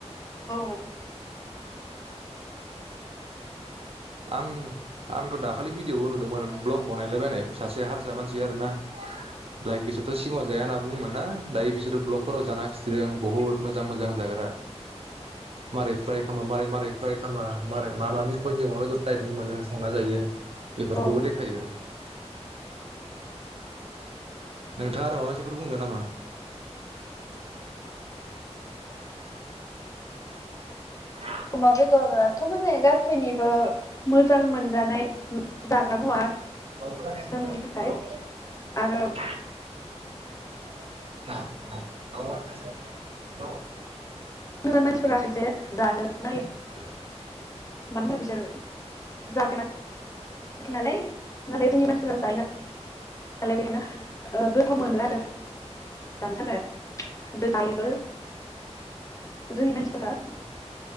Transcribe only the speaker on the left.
औ
ओ
अमा बेदर थ' माने गासैनिबो मोजां मोनजानाय जाग्रा मुवा।
जोंनि थाखाय
आरो
गोदान मानसिफोरा खायसे जानो नागि
मानोना बिसोर जाफेराखै खैनालाय नाथाय जोंनि मानसिया <unintelligible> <unintelligible> बेखौ मोनो आरो जानो थाखाय ओमफ्राय जायोबो। जोंनि मानसिफोरा